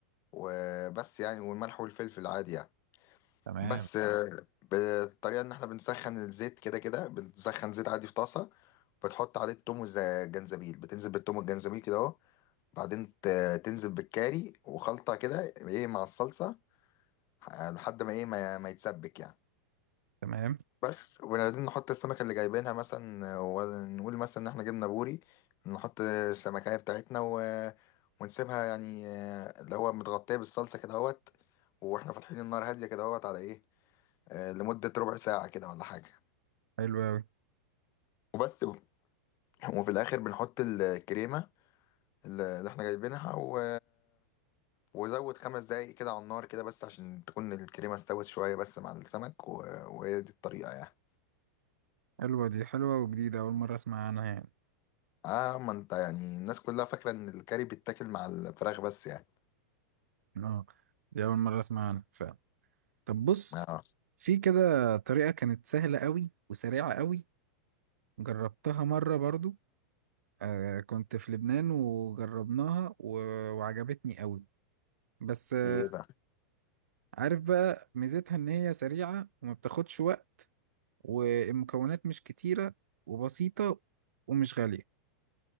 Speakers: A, on the left; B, on the right.
A: وبس يعني والملح والفلفل عادي يعني
B: تمام
A: بس آه، بالطريقه ان احنا بنسخن الزيت كده كده بنسخن زيت عادي في طاسه بتحط عليه التوم والجنزبيل بتنزل بالتوم والجنزبيل كده اهو بعدين ت- تنزل بالكاري وخلطه كده ايه مع الصلصه ح- لحد ما ايه ما, ما يتسبك يعني
B: تمام
A: بس وبعدين نحط السمكه اللي جايبينها مثلا آه، ونقول مثلا ان احنا جبنا بوري نحط السمكيه بتاعتنا و... ونسيبها يعني آه، اللي هو متغطيه بالصلصه كده اهوت واحنا فاتحين النار هاديه كده اهوت على ايه آه، لمده ربع ساعه كده ولا حاجه
B: حلوة أوي
A: وبس وفي الاخر بنحط الكريمه اللي اللي احنا جايبينها و... وزود خمس دقايق كده على النار كده بس عشان تكون الكريمه استوت شويه بس مع السمك و... وهي دي الطريقه يعني
B: حلوة دي حلوة وجديدة أول مرة أسمع عنها يعني
A: اه ما انت يعني الناس كلها فاكره ان الكاري بيتاكل مع الفراخ بس يعني
B: اه دي اول مره اسمع عنها فعلا طب بص
A: اه
B: في كده طريقه كانت سهله قوي وسريعه قوي جربتها مره برضو آه كنت في لبنان وجربناها و... وعجبتني قوي بس آه
A: دي ايه بقى
B: عارف بقى ميزتها ان هي سريعه وما بتاخدش وقت والمكونات مش كتيره وبسيطه ومش غاليه